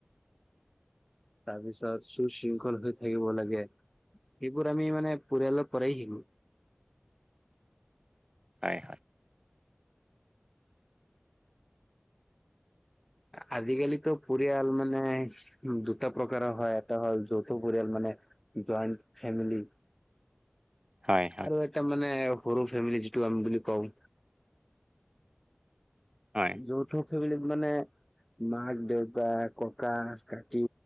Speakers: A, in the centre; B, on the right.
A: তাৰপিছত সুশৃংখল হৈ থাকিব লাগে। সেইবোৰ আমি মানে পৰিয়ালৰ পৰাই শিকো।
B: হয়।
A: আজিকালিতো পৰিয়াল মানে দুটা প্ৰকাৰৰ হয় এটা হ'ল যৌথ পৰিয়াল মানে জইণ্ট ফেমিলি।
B: হয়
A: আৰু এটা মানে সৰু ফেমিলি যিটো আমি বুলি কওঁ
B: হয়
A: য থ <unintelligible> মানে মাক দেউতাক ককা কাকি